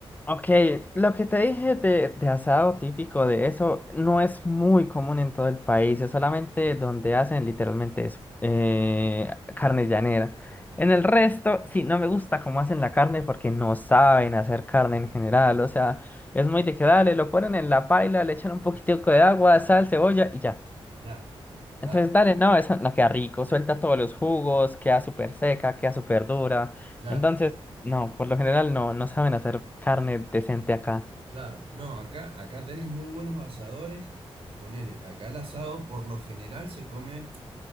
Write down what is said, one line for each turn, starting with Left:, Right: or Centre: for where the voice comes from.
Left: Ok, lo que te dije de, de asado típico de eso no es muy común en todo el país, es solamente donde hacen literalmente eso, eh, carne llanera. En el resto, sí, no me gusta cómo hacen la carne porque no saben hacer carne en general, o sea, es muy de que dale, lo ponen en la paila, le echan un poquitico de agua, sal, cebolla y ya.
Right: Claro, claro,
Left: Entonces, dale, no, eso no queda rico, suelta todos los jugos, queda súper seca, queda súper dura.
Right: claro,
Left: Entonces, no, por lo general no, no saben hacer carne decente acá.
Right: claro. No, acá, acá tenés muy buenos asadores. Ponele, acá el asado por lo general se come.